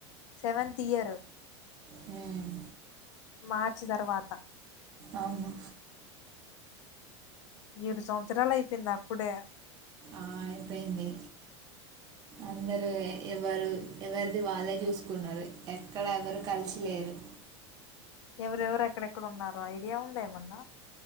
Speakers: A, on the left (about 80°); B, on the right (about 25°).
A: seventh year
B: hmm
A: మార్చి తర్వాత
B: అవును
A: ఏడు సంవత్సరాలు అయిపోయింది అప్పుడే
B: ఆ అయిపోయింది అందరూ ఎవరు ఎవరిది వాళ్ళే చూసుకున్నారు ఎక్కడ ఎవరు కలిసి లేరు
A: ఎవరెవరు ఎక్కడెక్కడ ఉన్నారో ఐడియా ఉంద ఏమన్నా